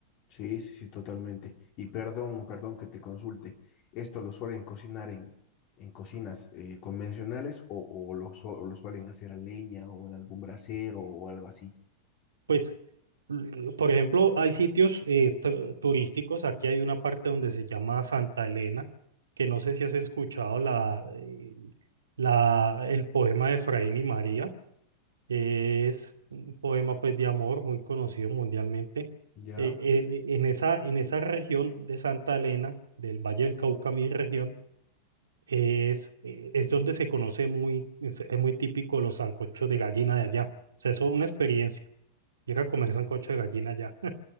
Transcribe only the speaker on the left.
Sí, sí, sí, totalmente. Y perdón, perdón que te consulte. ¿Esto lo suelen cocinar en, en cocinas eh, convencionales o, o lo, su- lo suelen hacer a leña o en algún brasero o algo así?
Ya,